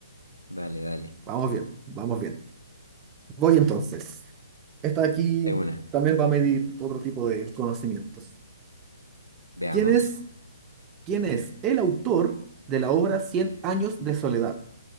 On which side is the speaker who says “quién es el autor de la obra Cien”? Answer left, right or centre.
Right